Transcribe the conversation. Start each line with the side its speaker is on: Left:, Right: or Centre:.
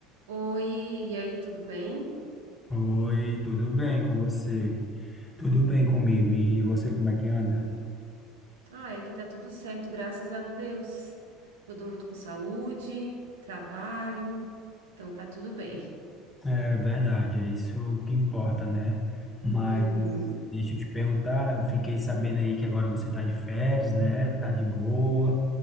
Right: Oi, e aí, tudo bem?
Left: Oi, tudo bem com você? Tudo bem comigo? E você, como é que anda?
Right: Ah, aqui tá tudo certo, graças a Deus. Todo mundo com saúde, trabalho, então tá tudo bem.
Left: É verdade, é isso que importa, né? Mas
Right: Uhum.
Left: deixa eu te perguntar, eu fiquei sabendo aí que agora você tá de férias, né? Tá de boa.